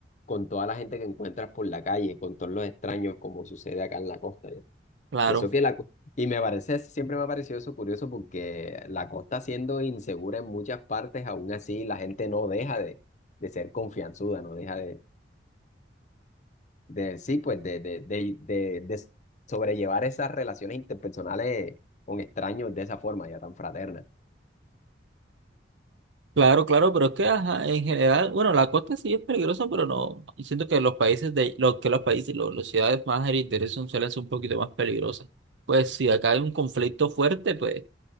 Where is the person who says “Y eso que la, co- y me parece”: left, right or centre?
Left